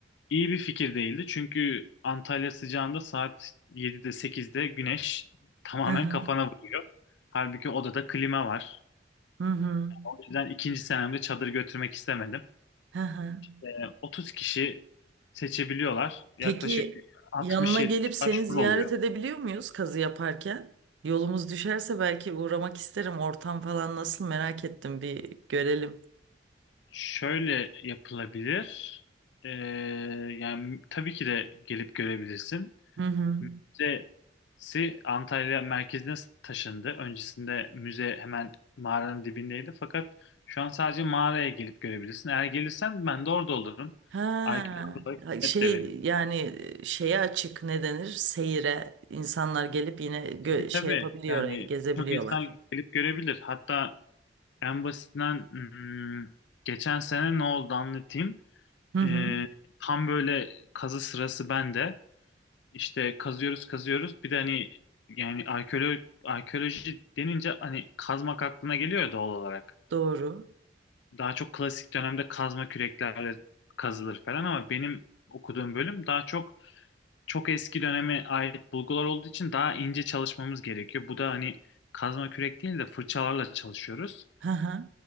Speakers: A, on the left; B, on the right.
A: İyi bir fikir değildi. Çünkü Antalya sıcağında saat 7'de sekizde güneş tamamen
B: Hı hı.
A: kafana vuruyor. Halbuki odada klima var.
B: Hı hı.
A: O yüzden ikinci senemde çadır götürmek istemedim.
B: Hı hı.
A: Ee, 30 kişi seçebiliyorlar. Yaklaşık
B: Peki
A: altmış
B: yanına
A: 70
B: gelip seni
A: başvuru
B: ziyaret
A: oluyor.
B: edebiliyor muyuz kazı yaparken? Yolumuz düşerse belki uğramak isterim. Ortam falan nasıl merak ettim bir görelim.
A: Şöyle yapılabilir. Ee, yani tabii ki de gelip görebilirsin.
B: Hı hı.
A: Müzesi Antalya merkezine taşındı. Öncesinde müze hemen mağaranın dibindeydi. Fakat şu an sadece mağaraya gelip görebilirsin. Eğer gelirsen ben de orada olurum.
B: Ha,
A: Arkeolog olarak hizmet
B: şey
A: de veririm.
B: yani e, şeye açık ne denir? Seyire insanlar gelip yine gö-
A: Tabii tabii.
B: şey yapabiliyor
A: Yani
B: orayı, gezebiliyorlar.
A: çok insan gelip görebilir. Hatta en basitinden hmm, geçen sene ne oldu anlatayım.
B: Hı hı.
A: Ee, tam böyle kazı sırası bende. İşte kazıyoruz kazıyoruz. Bir de hani yani arkeolo arkeoloji denince hani kazmak aklına geliyor ya doğal olarak.
B: Doğru.
A: Daha çok klasik dönemde kazma küreklerle kazılır falan ama benim okuduğum bölüm daha çok çok eski döneme ait bulgular olduğu için daha ince çalışmamız gerekiyor. Bu da hani kazma kürek değil de fırçalarla çalışıyoruz.
B: Hı hı.